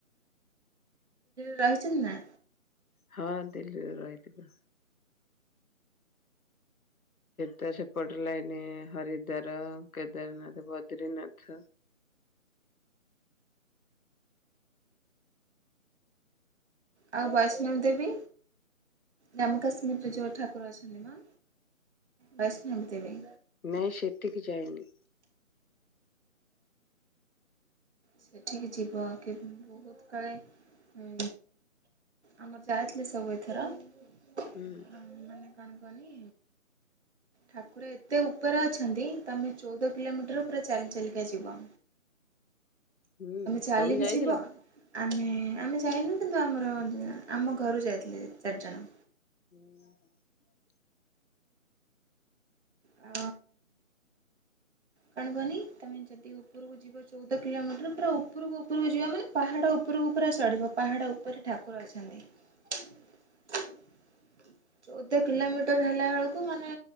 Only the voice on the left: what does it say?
ହଁ ଦିଲ୍ଲୀରୁ ରହିଥିଲି। ତ ସେପଟ ଲାଇନି ହରିଦାୱର, କେଦାରନାଥ, ବଦ୍ରିନାଥ
ନାଇଁ ସେଠିକି ଯାଇନି।
ହୁଁ
ହୁଁ
ତମେ ଯାଇଥିଲ।
ହଆ